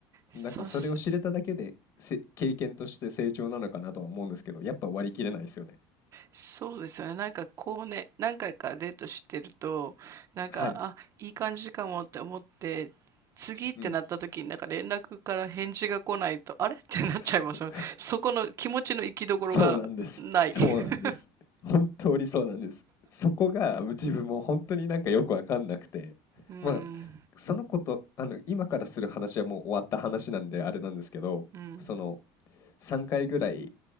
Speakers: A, on the right; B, on the left.
A: そし、
B: なんかそれを知れただけでせ経験として成長なのかなとは思うんですけど、やっぱ割り切れないですよね。
A: そうですよね。なんかこうね、何回かデートしてると、なんか、
B: はい。
A: あ、いい感じかもって思って、次ってなった時になんか連絡から返事が来ないと、
B: うん。
A: あれ <laughs> ってなっちゃいますよね。
B: そう
A: そこの気持ちの行きどころがない。
B: <laughs> そうなんです。そうなんです。
A: <laughs>
B: 本当にそうなんです。そこが自分も本当になんかよくわかんなくて、
A: うん、
B: まあ、そのこと、あの、今からする話はもう終わった話なんであれなんですけど、
A: うん、
B: その3回ぐらい